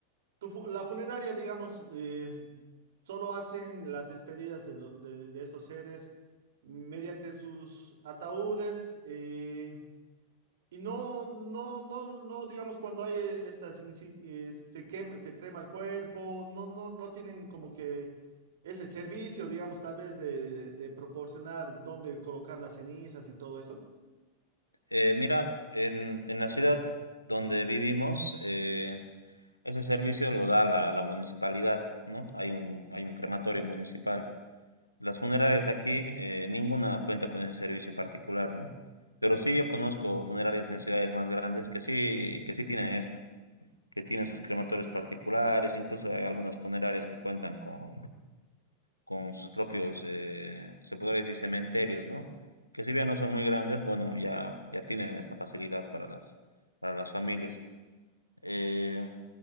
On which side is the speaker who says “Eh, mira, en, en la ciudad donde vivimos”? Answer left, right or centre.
Left